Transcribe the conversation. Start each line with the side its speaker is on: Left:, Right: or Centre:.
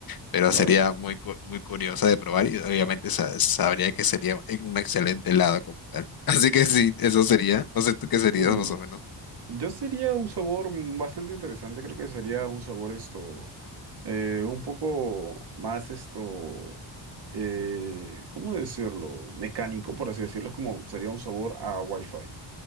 Left: pero
Right: Claro.
Left: sería muy, cu- muy curiosa de probar y obviamente sa- sabría que sería un excelente helado como tal. <laughs> Así que sí, eso sería. No sé tú qué serías
Right: Mm,
Left: más o menos.
Right: Yo sería un sabor mm, bastante interesante, creo que sería un sabor esto, eh, un poco más esto, eh, ¿cómo decirlo? Mecánico, por así decirlo, es como sería un sabor a Wi-Fi.